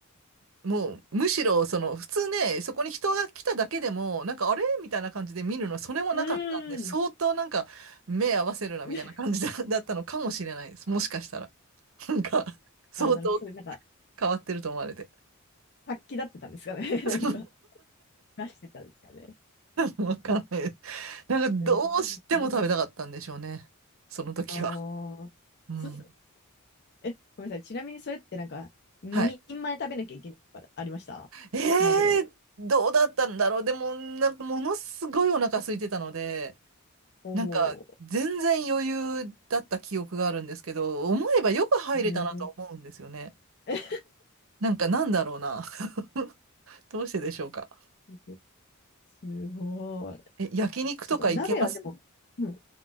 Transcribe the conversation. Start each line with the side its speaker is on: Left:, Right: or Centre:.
Right: もうむしろその普通ね、そこに人が来ただけでも、なんかあれみたいな感じで見るの、それもなかったんで、
Left: うーん。
Right: 相当なんか目合わせるなみたいな感じだ、
Left: <laughs>
Right: だったのかもしれないです。もしかしたら。なんか、相当
Left: あ、なるほど。それなんか、
Right: 変わってると思われて。
Left: 殺気立ってたんですかね。<laughs>
Right: <laughs>
Left: なんか、
Right: そ
Left: 出してたんですかね。
Right: うわかんない。ななんかどうしても食べたかったんでしょうね。
Left: えー、そう。
Right: その時は。
Left: ああそ
Right: うん。
Left: え、ごめんなさい。ちなみにそれってなんか、2人前食べなきゃいけないとかありました鍋を。
Right: はい。えー、どうだったんだろう。でも、なんかものすごいお腹空いてたので、
Left: おー、
Right: なんか、全然余裕だった記憶があるんですけど、思えばよく入れたなと思うんですよね。
Left: へえ、
Right: なんか、なんだろうな。<laughs> どうしてでしょうか。
Left: <laughs> すごい。
Right: え、焼肉とか行けます
Left: あ、確かにちょっと鍋はでも、うん、